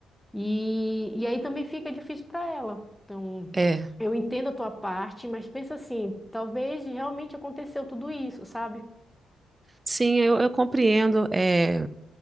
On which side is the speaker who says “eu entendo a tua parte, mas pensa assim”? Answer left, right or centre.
Centre